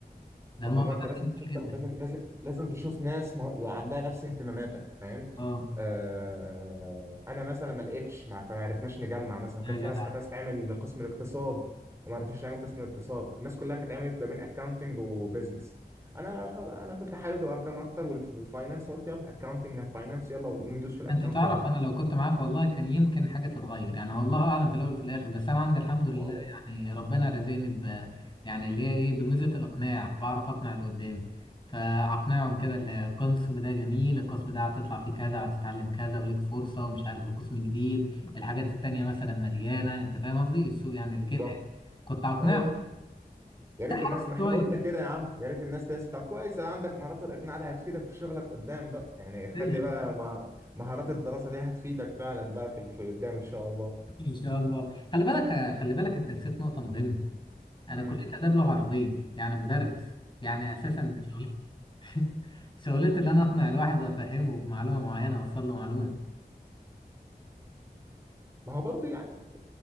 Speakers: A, on the left (about 30°); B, on the right (about 15°).
A: ده
B: ما
A: الموضوع
B: هو ما انت
A: ده
B: لازم
A: كان
B: تشوف
A: جميل جدا
B: لازم لازم لازم تشوف ناس مه- عندها نفس اهتماماتك فاهم
A: اه
B: آه انا مثلا ما لقيتش ما فما عرفناش نجمع مثلا
A: يا
B: كان في
A: جدع
B: ناس كانت عايزه تعمل قسم الاقتصاد وما عرفناش نعمل قسم الاقتصاد الناس كلها كانت عملت ما بين اكاونتنج وبزنس انا خلاص- انا كنت حابب الارقام اكتر والفاينانس قلت يلا اكاونتنج اند فاينانس يلا وندوس في الاكاونتنج
A: انت تعرف انا لو كنت معاك والله كان يمكن حاجه تتغير يعني والله اعلم في الاول وفي الاخر بس انا عندي الحمد لله
B: اه والله
A: يعني ربنا رزقني ب يعني اللي هي ايه بميزه الاقناع بعرف اقنع اللي قدامي فاقنعهم كده ان القسم ده جميل القسم ده هتطلع فيه كذا هتتعلم كذا وليك فرصه ومش عارف وقسم جديد الحاجات التانيه مثلا مليانه انت فاهم قصدي السوق يعني
B: بالظبط
A: كده يعني. كنت اقنعهم
B: ايوه يا ريت
A: تحاول
B: الناس ما احنا
A: شويه
B: قلنا كده يا عم يا ريت الناس تسمع طب كويس عندك مهارات الاقناع ده هتفيدك في شغلك قدام بقى يعني خلي
A: <laughs>
B: بقى مه- مهارات الدراسه دي هتفيدك فعلا بقى في في قدام ان شاء الله
A: ان شاء الله خلي بالك خلي بالك انت نسيت نقطه مهمه انا
B: امم
A: كليه اداب لغه عربيه يعني مدرس يعني اساسا ده شغلتي <laughs> شغلتي اللي انا اقنع الواحد وافهمه بمعلومه معينه اوصل له معلومه
B: ما هو برضو يعني